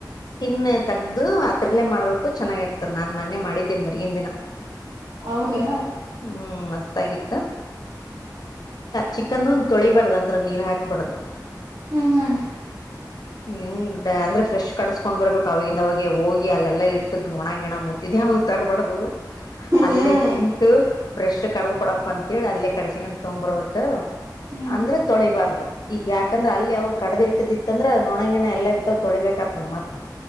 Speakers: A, on the left; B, on the right.
A: ಸ್ಕಿನ್ನೆ ತೆಗ್ದು ಆದ್ರಲ್ಲೆ ಮಾಡ್ಬೇಕು ಚೆನ್ನಾಗ ಆಗ್ತದ ನಾನ್ ಮನ್ನೆ ಮಾಡಿದ್ದೆ ಮರ್ಗಿನ್ ದಿನ.
B: ಹೌದನಾ.
A: ಹ್ಮ್ ಮಸ್ತ್ ಗಿತ್ತ. ಚಿಕನ್ ಒಂದ ತೊಳಿಬಾರ್ದ ಅಂದ್ರ ನೀರ್ ಹಾಕ್ಬಾರ್ದು.
B: ಹ್ಮ ಹ
A: ಹಿಂಗ್ ಅಂದ್ರೆ ಫ್ರೆಶ್ ಕಡಸ್ಕೊಂಡ ಬರ್ಬೇಕ ಅವಾಗಿಂದ ಅವಾಗ ಹೋಗಿ ಅಲ್ಲೆಲ್ಲಾ ಇಟ್ಟುದ್ ನೊಣಗಿಣ ಮುತಿದ್ ಹೌ ತರ್ಬಾರ್ದು ಅಲ್ಲೆ
B: ಹ್ಮ್
A: ನಿಂತು ಫ್ರೆಶ್ ಕಡ್ದ ಕೊಡಪ್ಪ ಅಂತೇಳಿ ಅಲ್ಲೆ ಕಡಿಸಿಕೊಂಡ್ ತೋಂಬುರಬೇಕು.
B: ಹ್ಮ್
A: ಅಂದ್ರೆ ತೊಳಿಬಾರ್ದ ಈಗ ಯಾಕಂದ್ರ ಅಲ್ಲಿ ಅವ್ರು ಕಡ್ದ ಇಟ್ಟ್ದಿತ್ತ ಅಂದ್ರೆ ನೊಣಗಿಣ ಎಲ್ಲಾ ಇರ್ <unintelligible> ಮ ತೊಳಿಬೇಕತ ಮತ್ತ